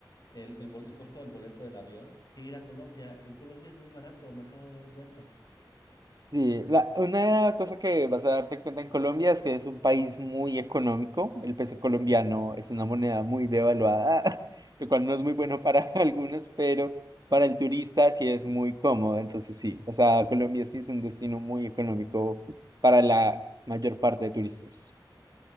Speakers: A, on the left; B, on the right.
A: el, el bol- el costo del boleto del avión, que ir a Colombia. En Colombia es muy barato, me acabo de dar cuenta.
B: Sí, la- una cosa que vas a darte cuenta en Colombia es que es un país muy económico. El peso colombiano es una moneda muy devaluada, <laughs> lo cual no es muy bueno para <laughs> algunos, pero para el turista sí es muy cómodo. Entonces sí, o sea, Colombia sí es un destino muy económico para la mayor parte de turistas.